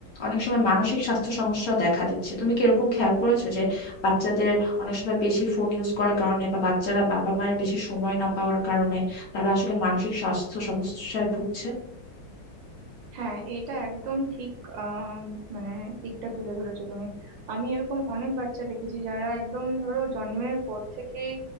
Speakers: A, on the left; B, on the right.
A: অনেক সময় মানসিক স্বাস্থ্য সমস্যাও দেখা দিচ্ছে তুমি কি এরকম খেয়াল করেছো যে বাচ্চাদের অনেক সময় বেশি ফোন ইউজ করার কারণে বা বাচ্চারা বাবা মায়ের বেশি সময় না পাওয়ার কারণে তারা আসলে মানসিক স্বাস্থ্য সমস্যায় ভুগছে
B: হ্যাঁ এইটা একদম ঠিক আহ, মানে দিকটা তুলে ধরেছো তুমি আমি এরকম অনেক বাচ্চা দেখেছি যারা একদম ধরো জন্মের পর থেকেই